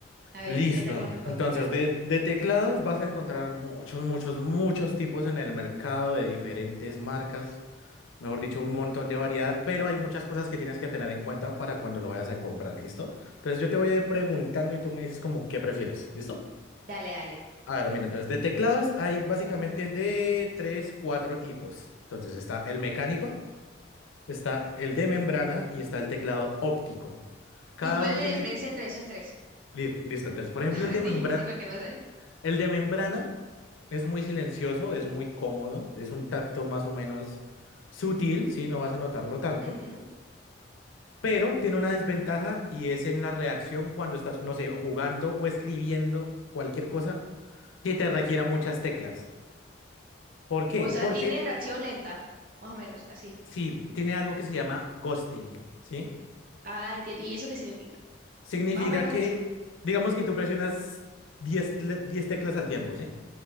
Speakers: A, on the right (about 45°); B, on the left (about 85°).
A: A ver,
B: Listo.
A: ¿qué, qué teclado me puedo
B: Entonces,
A: comprar?
B: de, de teclados vas a encontrar muchos, muchos, muchos tipos en el mercado de diferentes marcas. mejor dicho, un montón de variedad, pero hay muchas cosas que tienes que tener en cuenta para cuando lo vayas a comprar, ¿listo? Entonces yo te voy a ir preguntando y tú me dices como qué prefieres, ¿listo?
A: Dale, dale.
B: A ver, mira, entonces de teclados hay básicamente de tres, cuatro tipos. Entonces está el mecánico, está el de membrana y está el teclado óptico. Cada
A: ¿Y cuál
B: uno
A: es la
B: tiene...
A: diferencia entre esos tres?
B: li- Listo, entonces, por ejemplo,
A: <laughs>
B: el de
A: Di-
B: membrana,
A: Sí, porque no sé.
B: el de membrana es muy silencioso, es muy cómodo, es un tacto más o menos sutil, ¿sí? No vas a notarlo tanto.
A: Ujú.
B: pero tiene una desventaja y es en la reacción cuando estás, no sé, jugando o escribiendo cualquier cosa que te requiera muchas teclas. ¿Por qué?
A: O sea,
B: Porque
A: tiene reacción lenta, más o menos, así.
B: sí, tiene algo que se llama ghosting, ¿sí?
A: Ah, entiendo. ¿Y eso qué significa?
B: Significa
A: Más o menos
B: que,
A: eso.
B: digamos que tú presionas diez tle- 10 teclas al tiempo, ¿sí?